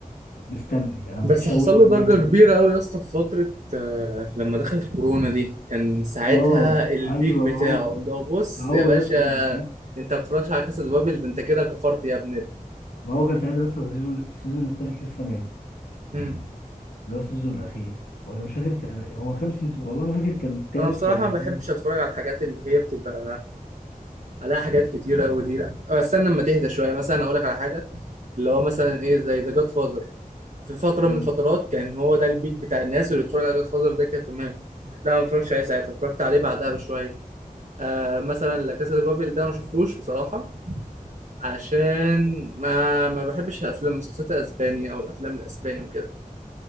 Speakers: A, on the left; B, on the right.
A: مستني انا
B: بس
A: متشوق
B: حصل
A: بقى
B: له ضجة
A: ان انا اخد
B: كبيرة قوي يا اسطى في فترة آه، لما دخلت كورونا دي كان ساعتها
A: اه
B: البيك
A: ايوه
B: بتاعه
A: ما هو
B: اللي هو بص
A: ما هو
B: يا باشا
A: يا اسطى كان ساعتها
B: انت ما بتتفرجش على كاسا دي بابل ده انت كده كفرت يا ابن
A: ما هو كان ساعتها يا اسطى السيزون السيزون التالت لسه نازل
B: امم
A: اللي هو السيزون الاخير ولا مش فاكر كان هو كام سيزون والله ما فاكر كان التالت
B: انا بصراحه
A: ولا
B: ما بحبش
A: هو
B: اتفرج على الحاجات اللي هي بتبقى عليها حاجات كتير قوي دي لا أه، استنى لما تهدى شويه مثلا اقول لك على حاجه اللي هو مثلا ايه زي ذا جاد فازر في فتره
A: مم.
B: من الفترات كان هو ده البيك بتاع الناس اللي بتتفرج على جاد فازر ده كان تمام لا ما اتفرجتش عليه ساعتها اتفرجت عليه بعدها بشويه آه مثلا لا كاسا دي بابل ده ما شفتوش بصراحه عشان ما ما بحبش الافلام المسلسلات الاسباني او الافلام الاسباني وكده